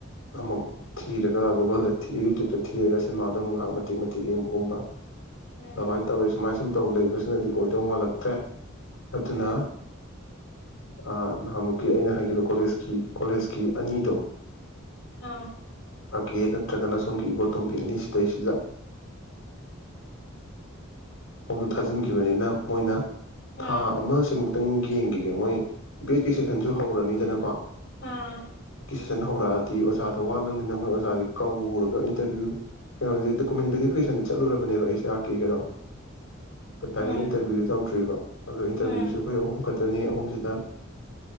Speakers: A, on the left; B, on the left.
A: ꯑꯃꯨꯛ ꯊꯤꯔꯒ ꯒꯨꯒꯜꯗ ꯌꯨꯇ꯭ꯌꯨꯕꯇ ꯊꯤꯔꯒ ꯁꯤꯅꯦꯃꯥꯗ ꯑꯃꯨꯛ ꯉꯥꯏꯍꯥꯛ ꯃꯇꯤꯦꯛ ꯃꯇꯦꯛ ꯌꯦꯡꯕꯒꯨꯝꯕ
B: ꯎꯝ
A: ꯀꯃꯥꯏꯅ ꯇꯧꯋꯤ ꯁꯨꯃꯥꯏ ꯁꯨꯝ ꯃꯇꯧ ꯂꯩꯕꯁꯤꯅꯗꯤ ꯑꯣꯏꯗꯧ ꯃꯥꯜꯂꯛꯇ꯭ꯔꯦ ꯑꯗꯨꯅ
B: ꯎꯝ
A: ꯑ ꯅꯃꯨ ꯀ ꯑꯩꯅ ꯍꯥꯏꯈꯤꯕ ꯀꯣꯂꯦꯖ ꯀꯣꯂꯦꯖꯀꯤ ꯑꯅꯤꯗꯣ
B: ꯑꯥ
A: ꯀꯦ ꯅꯠꯇ꯭ꯔꯒꯅ ꯁꯣꯝꯒꯤ ꯏꯕꯣꯇꯣꯝꯕꯤ ꯑꯅꯤꯁꯤꯗꯩꯁꯤꯗ ꯄꯣꯝꯅ ꯊꯥꯖꯤꯟꯈꯤꯕꯅꯤꯅ ꯃꯣꯏꯅ
B: ꯑꯥ
A: ꯊꯥ ꯑꯃ ꯁꯤꯃꯨꯛꯇ ꯈꯤꯇꯪ ꯌꯦꯡꯈꯤꯒꯦ ꯃꯣꯏ ꯁꯦꯁꯟꯁꯨ ꯍꯧꯔꯅꯤꯗꯅꯀꯣ
B: ꯑꯥ
A: ꯁꯟ ꯍꯧꯔꯛꯑꯗꯤ ꯑꯣꯖꯥꯗꯣ ꯋꯥꯠꯂꯕꯅꯤꯅ ꯃꯣꯏ ꯑꯣꯖꯥꯗꯤ ꯀꯧꯔꯒ ꯏꯟꯇꯔꯚꯤꯌꯨ ꯀꯩꯅꯣꯗꯤ ꯗꯣꯀꯨꯃꯦꯟ ꯕꯦꯔꯤꯐꯤꯀꯦꯁꯟꯗ ꯆꯠꯂꯨꯔꯕꯅꯦꯕ ꯑꯩꯁꯦ ꯑꯥꯔ ꯀꯦ ꯀꯩꯗꯣ ꯗꯥꯏꯔꯦꯛ
B: ꯎꯝ
A: ꯏꯟꯇꯔꯚ꯭ꯌꯨꯗꯤ ꯇꯧꯗ꯭ꯔꯤꯕ ꯑꯗꯣ ꯏꯟꯇꯔꯚ꯭ꯌꯨꯗꯨꯁꯨ
B: ꯎꯝ
A: ꯑꯩꯈꯣꯏ ꯑꯍꯨꯝꯈꯛ ꯑꯗꯨꯅꯤ ꯑꯍꯨꯝꯁꯤꯗ